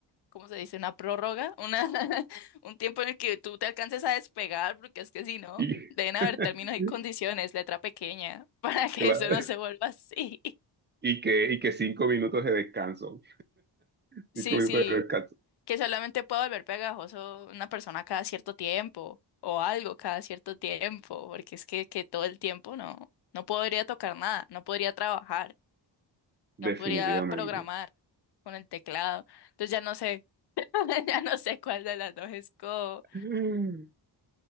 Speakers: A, on the left; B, on the right.
A: ¿cómo se dice? Una prórroga, una, <laughs> un tiempo en el que tú te alcances a despegar, porque es que si no,
B: Y, <laughs>
A: deben haber términos y condiciones, letra pequeña, <laughs> para que
B: claro,
A: eso no se vuelva así.
B: y que, y que cinco minutos de descanso. Cinco
A: Sí,
B: minutos
A: sí,
B: de descanso.
A: que solamente pueda volver pegajoso una persona cada cierto tiempo, o algo cada cierto tiempo, porque es que, que todo el tiempo no, no podría tocar nada, no podría trabajar,
B: Definitivamente.
A: no podría programar con el teclado. Entonces ya no sé, <laughs> ya no sé cuál de las dos es como.
B: Mm.